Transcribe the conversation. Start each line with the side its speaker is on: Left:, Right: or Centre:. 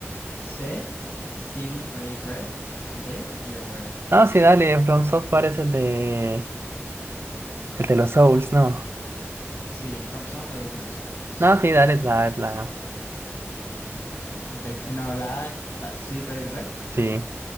Left: C, CD Projekt Red, D, BioWare.
Right: No, sí, dale, From Software es el de el de los Souls, no.
Left: Sí, From Software es de los Souls.
Right: No, sí, dale, es la, es la.
Left: Bet- no, la, A, la CD Projekt Red.
Right: Sí,